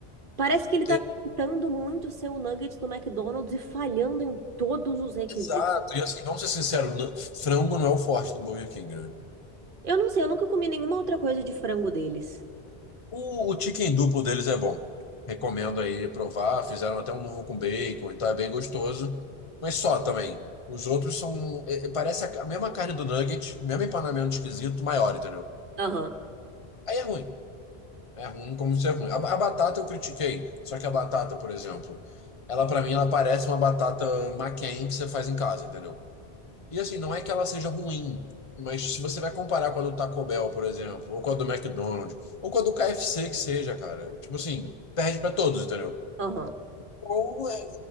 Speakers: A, on the right; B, on the left.
A: Parece que ele tá
B: é-
A: tentando muito ser o Nuggets do McDonald's e falhando em todos os requisitos.
B: exato. E assim, vamos ser sinceros, nu- frango não é o forte do Burger King, né?
A: Eu não sei, eu nunca comi nenhuma outra coisa de frango deles.
B: O, o chicken duplo deles é bom. Recomendo aí provar. Fizeram até um novo com bacon, então é bem gostoso. Mas só também. Os outros são. é- é- parece a, ca- a mesma carne do nugget, o mesmo empanamento esquisito, maior, entendeu?
A: Aham,
B: Aí é ruim. É ruim como ser ruim. A, a batata eu critiquei. Só que a batata, por exemplo, ela pra mim ela parece uma batata McCain que você faz em casa, entendeu? E assim, não é que ela seja ruim, mas se você vai comparar com a do Taco Bell, por exemplo, ou com a do McDonald's, ou com a do KFC que seja, cara, tipo assim, perde pra todos, entendeu?
A: aham.
B: Ou é,